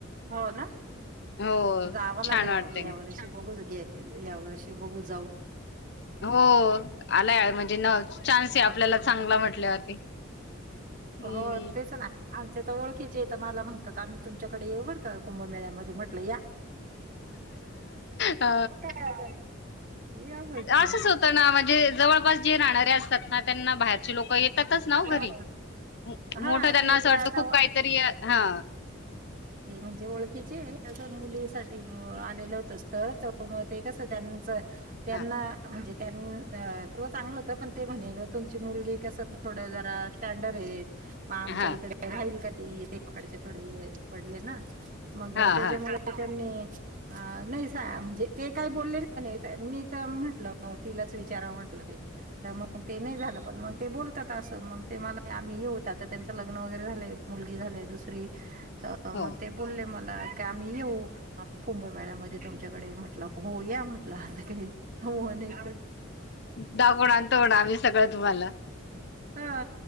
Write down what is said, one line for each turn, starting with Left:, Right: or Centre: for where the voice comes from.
Right: हो ना
Left: हो
Right: जावं लागेल
Left: छान वाटतंय
Right: या वर्ष <unintelligible> यावर्षी बघू जाऊ.
Left: हो आला म्हणजे न चान्स आहे आपल्याला चांगला म्हटल्यावरती. हम्म
Right: हो तेच ना आमच्या तर ओळखीचे येत मला म्हणतात आम्ही तुमच्याकडे येऊ बर का कुंभमेळ्या मध्ये म्हटलं या.
Left: अ,
Right: काय या म्हटलं.
Left: असंच होतं ना म्हणजे जवळपास जे राहणारे असतात ना त्यांना बाहेरचे लोक येतातच नाव
Right: हां.
Left: घरी! मोठ
Right: हां,
Left: त्यांना
Right: ते
Left: असं वाटतं
Right: आता
Left: खूप काहीतरी हा.
Right: ते म्हणजे ओळखीचे माझ्या मुलीसाठी आलेलं होत स्त्र च ते कस त्यांच त्यांना
Left: हा
Right: म्हणजे त्यां सव चांगलं होत. पण ते म्हणे ग तुमची मुलगी कस थोड जरा स्टँडर्ड ये म आमच्या
Left: हा
Right: इकडे राहिल का ती ते कपड्याचे थोडे पडले ना मग
Left: हा
Right: त्याच्यामुळे
Left: हा
Right: त्यांनी अ नाही सा म्हणजे ते काही बोलले नाही, मी तर म्हटलं तिलाच विचारावं म्हटलं ते. तर मग ते नाही झालं पण मग ते बोलतात असं मग ते मला आम्ही हे होतात तर त्यांचं लग्न वगैरे झालंय मुलगी झालेय दुसरी. तर मग
Left: हो
Right: ते बोलले मला क आम्ही येऊ. कुंभमेळ्यामध्ये तुमच्याकडे म्हटलं हो या म्हटलं असा काही हो नाही तर
Left: दाखवून आणतो आम्ही सगळं तुम्हाला.
Right: हा